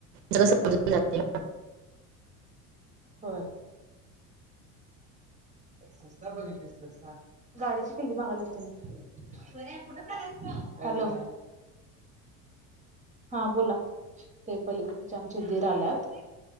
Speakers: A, on the right; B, on the right.
A: स समजून जाते
B: हो स बघितली गाडीची किल्ली मागाल होते मी कुठ हॅलो हा बोला ते पलीकडचे आमचे दीर आल्यात